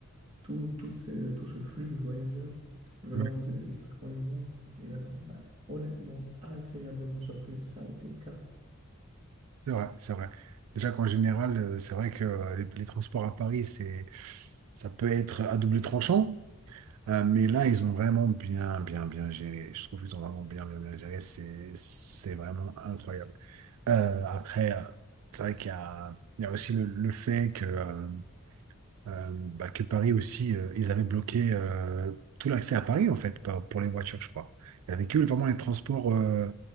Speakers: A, on the right; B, on the right.
A: tout, toutes ces- tout ce flux de voyageurs venant
B: oui.
A: de- des quatre coins du monde? Et euh, bah, honnêtement, agréablement surpris, ça a été le cas.
B: C'est vrai, c'est vrai. Déjà qu'en général, euh, c'est vrai que euh, les, les transports à Paris, c'est, ça peut être à double tranchant, euh, mais là, ils ont vraiment bien, bien, bien géré. Je trouve qu'ils ont vraiment bien, bien, bien géré. C'est, c'est vraiment incroyable. Euh, après, euh, c'est vrai qu'il y a, il y a aussi le, le fait que, euh, euh, bah, que Paris aussi, euh, ils avaient bloqué euh, tout l'accès à Paris, en fait, par- pour les voitures, je crois. Il n'y avait que vraiment les transports euh,